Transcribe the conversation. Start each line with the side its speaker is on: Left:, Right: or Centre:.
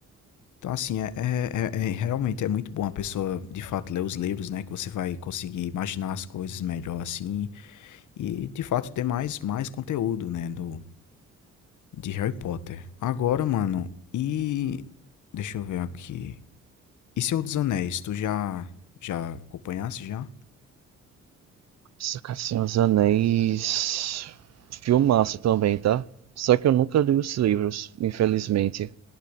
Left: Então, assim, é, é- é- é- realmente é muito bom a pessoa, de fato, ler os livros, né? Que você vai conseguir imaginar as coisas melhor, assim, e, de fato, ter mais, mais conteúdo, né? Do, de Harry Potter. Agora, mano, e. Deixa eu ver aqui. E Senhor dos Anéis? Tu já. Já acompanhasse já?
Right: Isso, cara, Senhor dos Anéis. Filmaço também, tá? Só que eu nunca li os livros, infelizmente.